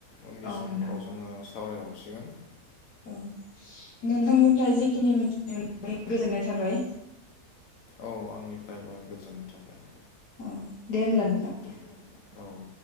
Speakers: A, on the left (about 60°); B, on the left (about 80°).
A: उननि
B: औ
A: समफोराव
B: नोंथां
A: जोङो सावरायबावसिगोन।
B: औ नोंथांनिफ्राय जेखिनि मिथिनो मोन्नानै गोजोननाय थाबाय।
A: औ आंनिफ्रायबो गोजोननाय थाबाय।
B: औ दे होमब्ला नोंथां।
A: दे औ